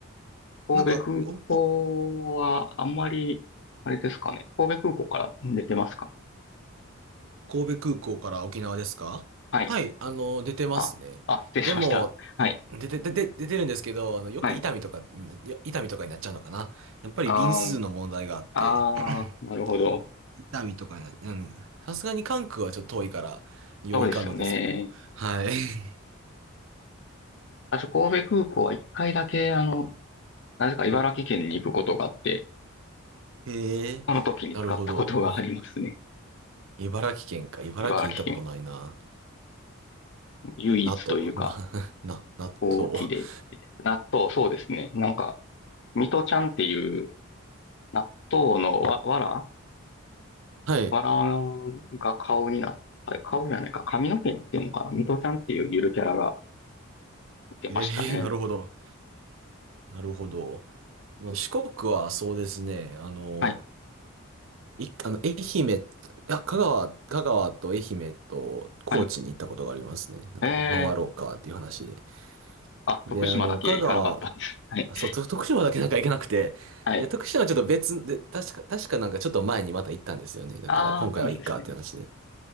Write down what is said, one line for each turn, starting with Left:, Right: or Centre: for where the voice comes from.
Left: 神戸空港はあんまり、
Right: なんか、こ
Left: あれですかね。神戸空港から出てますか
Right: 神戸空港から沖縄ですかはい、
Left: はい。
Right: あの、出てますね。
Left: あ、あ、失礼しました。
Right: でも、
Left: はい。
Right: 出て、出て、出てるんですけど、あの、よく伊丹とか、
Left: はい
Right: いや伊丹とかになっちゃうのかな。やっぱり便数の問題があって、
Left: あーあー、
Right: <clears throat>
Left: なるほど。
Right: 伊丹とかにな、うん、さすがに関空はちょっと遠いから、余いかんのですけども。
Left: そうですよね。
Right: はい。<laughs>
Left: 私、神戸空港は一回だけ、あの、なぜか茨城県に行くことがあって、
Right: へえ、
Left: その時に使ったことがありますね。
Right: なるほど。茨城県か。茨城県行ったことないな。
Left: 茨城県。唯一というか、
Right: なと、<laughs> な、な、納豆。
Left: 大きいで行って。
Right: <laughs>
Left: 納豆、そうですね。なんか、ミトちゃんっていう納豆のわ、わら
Right: はい。
Left: わらが顔になった、顔じゃないか、髪の毛になってるのかなミトちゃんっていうゆるキャラがいてましたね。
Right: えー、<laughs> なるほど。なるほど。まあ、四国はそうですね。あの、
Left: はい、
Right: い、あの、愛媛、あ、香川、香川と愛媛と高知に行ったことがありますね。
Left: はい。
Right: なんか、
Left: えー、
Right: 回ろうかっていう話で。
Left: あ、
Right: で、
Left: 徳島だけ行かなかったんです。
Right: あの、香川、
Left: はい
Right: あ、そう、と徳島だけなんか行けなくて、
Left: はい。
Right: で、徳島はちょっと別で、確か、確かなんかちょっと前にまた行ったんですよね。だから今回はいいかっていう話で。
Left: ああ、そうなんですね。